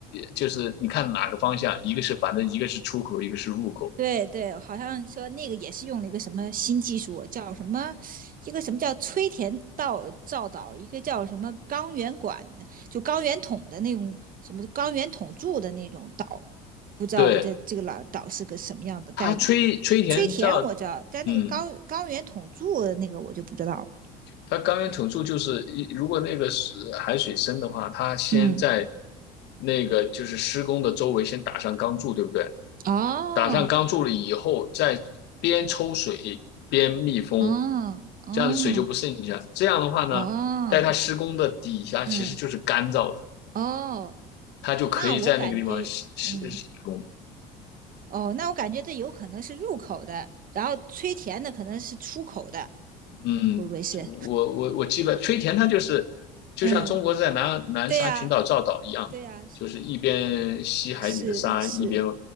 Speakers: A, on the left (about 65°); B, on the right (about 50°).
A: 就是你看哪个方向，一个是反正一个是出口，一个是入口。
B: 对对，好像说那个也是用了一个什么新技术，叫什么一个什么叫吹田道造岛，一个叫什么钢圆管的，就钢圆筒的那种什么钢圆筒柱的那种岛，不知道我这这个老岛是个什么样的概念。
A: 对，他吹吹填造，
B: 崔田我知道，但那个高高原统助那个我就不知道了。
A: 嗯，他钢源筒柱就是一，如果那个是海水深的话，他先在
B: 嗯，
A: 那个就是施工的周围先打上钢柱，对不对？
B: 哦，
A: 打上钢柱了以后，再边抽水边密封，
B: 哦，哦，
A: 这样的水就不渗进去了。这样的话呢，
B: 哦，
A: 在它施工的底下其实就是干燥的，
B: 嗯，哦，
A: 它就可以在那个地方施施施工。
B: 那我感觉，嗯，哦，那我感觉这有可能是入口的，然后崔田的可能是出口的，
A: 嗯，
B: 会不会是？
A: 我我我记得吹田它就是就像中国在南南沙群岛造岛一样的，
B: 嗯，对呀、对呀、是
A: 就是一边吸海底的沙，
B: 是是，
A: 一边